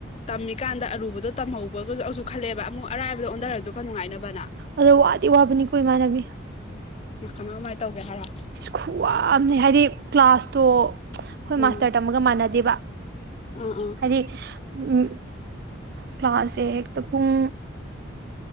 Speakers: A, on the left (about 30°); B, on the right (about 55°).
A: ꯇꯝꯃꯤꯀꯥꯟꯗ ꯑꯔꯨꯕꯗꯣ ꯇꯝꯍꯧꯕꯥꯒ ꯑꯁꯨꯛ ꯈꯜꯂꯛꯑꯦꯕ ꯑꯃꯨꯛ ꯑꯔꯥꯏꯕꯗꯣ ꯑꯣꯟꯗꯥꯔꯁꯨ ꯈꯔꯥ ꯅꯨꯡꯉꯥꯏꯅꯕꯅ
B: ꯑꯗꯣ ꯋꯥꯗꯤ ꯋꯥꯕꯅꯤꯀꯣ ꯏꯃꯥꯟꯅꯕꯤ
A: ꯃꯥ ꯀꯃꯥꯏ ꯀꯃꯥꯏꯅ ꯇꯧꯒꯦ ꯍꯥꯏꯔꯣ
B: ꯈꯨꯋꯥ ꯑꯃꯥꯅꯤ ꯍꯥꯏꯗꯤ ꯀ꯭ꯂꯥꯁꯇꯣ ꯈꯣꯏ
A: ꯎꯝ
B: ꯃꯥꯁꯇꯔ ꯇꯝꯕꯒꯥ ꯃꯥꯟꯅꯗꯦꯕꯥ
A: ꯑꯥ ꯑꯥ
B: ꯍꯥꯏꯗꯤ ꯎꯝ ꯀ꯭ꯂꯥꯁꯁꯦ ꯍꯦꯛꯇꯥ ꯄꯨꯡ